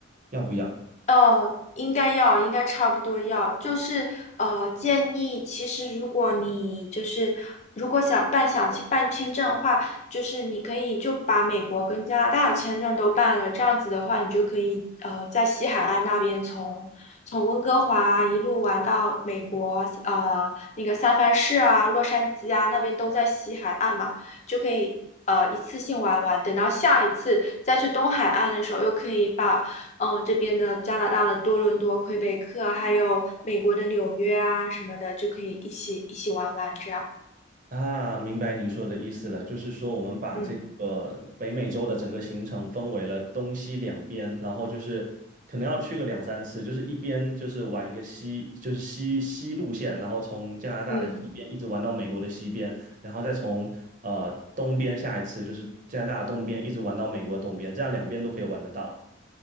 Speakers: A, on the right; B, on the left.
A: 要不要？
B: 呃，应该要，应该差不多要，就是呃，建议其实如果你就是如果想办想去办签证的话，就是你可以就把美国跟加拿大的签证都办了，这样子的话，你就可以呃在西海岸那边从从温哥华啊一路玩到美国，呃那个三藩市啊、洛杉矶啊那边都在西海岸嘛，就可以。呃，一次性玩完，等到下一次再去东海岸的时候，又可以把嗯，这边的加拿大的多伦多、魁北克，还有美国的纽约啊什么的，就可以一起一起玩玩这样。
A: 啊，明白你说的意思了，就是说我们把这个北美洲的整个行程分为了东西两边，
B: 嗯
A: 然后就是可能要去个两三次，就是一边就是玩一个西，就是西西路线，然后从加拿大的西边一直玩到美国的西边，
B: 嗯，
A: 然后再从呃东边下一次就是加拿大的东边一直玩到美国的东边，这样两边都可以玩得到。